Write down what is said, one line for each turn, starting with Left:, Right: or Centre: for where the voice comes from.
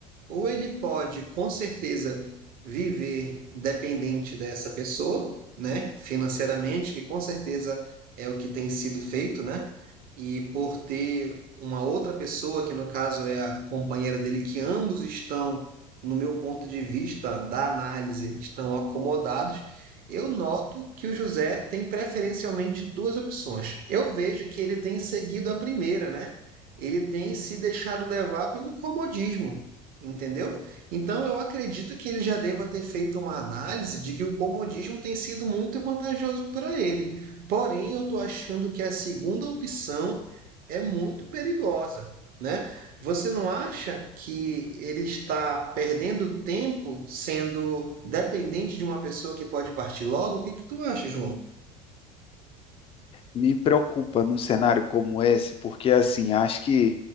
Right: Ou ele pode, com certeza, viver dependente dessa pessoa, né? Financeiramente, que com certeza é o que tem sido feito, né? E por ter uma outra pessoa, que no caso é a companheira dele, que ambos estão, no meu ponto de vista da análise, estão acomodados, eu noto que o José tem preferencialmente duas opções. Eu vejo que ele tem seguido a primeira, né? Ele tem se deixado levar pelo comodismo, entendeu? Então eu acredito que ele já deva ter feito uma análise de que o comodismo tem sido muito vantajoso para ele. Porém, eu estou achando que a segunda opção é muito perigosa, né? Você não acha que ele está perdendo tempo sendo dependente de uma pessoa que pode partir logo? O que que tu acha, João?
Left: Me preocupa num cenário como esse, porque assim, acho que